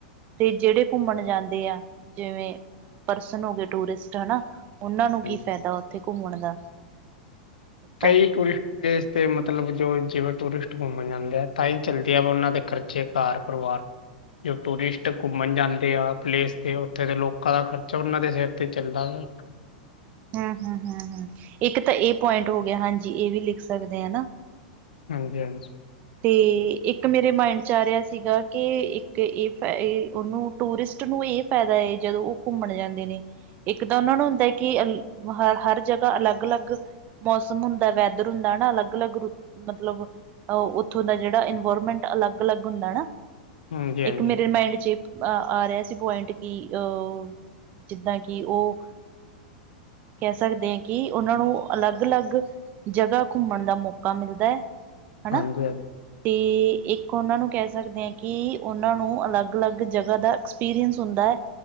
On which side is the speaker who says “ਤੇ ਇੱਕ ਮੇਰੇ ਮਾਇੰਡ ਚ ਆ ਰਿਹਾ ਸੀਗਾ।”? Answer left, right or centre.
Right